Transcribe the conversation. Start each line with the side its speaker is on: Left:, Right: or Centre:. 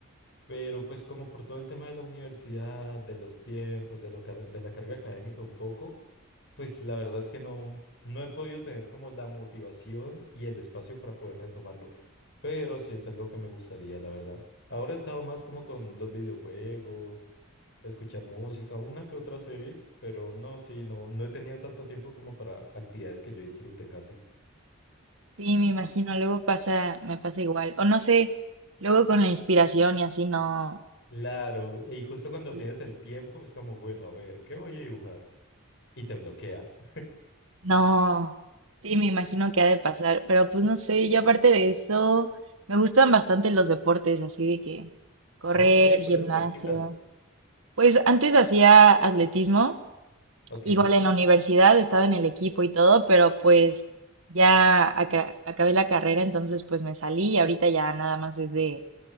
Left: Pero pues como por todo el tema de la universidad, de los tiempos, de, lo car- de la carga académica un poco, pues la verdad es que no, no he podido tener como la motivación y el espacio para poder retomarlo. Pero sí es algo que me gustaría, la verdad. Ahora he estado más como con los videojuegos, escuchar música, una que otra serie, pero no, sí, no, no he tenido tanto tiempo como para actividades que yo disfrute casi.
Right: Sí, me imagino, luego pasa, me pasa igual. O no sé, luego con la inspiración y así no,
Left: Claro, y justo cuando
Right: Sí.
Left: tienes el tiempo es como, bueno, a ver, ¿qué voy a dibujar? Y te bloqueas.
Right: no, sí, me imagino que ha de pasar, pero pues no sé, yo aparte de eso, me gustan bastante los deportes, así de que correr,
Left: Ah, ok, ¿cuáles
Right: gimnasio.
Left: practicas?
Right: Pues antes hacía atletismo,
Left: Ok,
Right: igual en la universidad estaba en el equipo y todo, pero pues ya aca- acabé la carrera, entonces pues me salí y ahorita ya nada más es de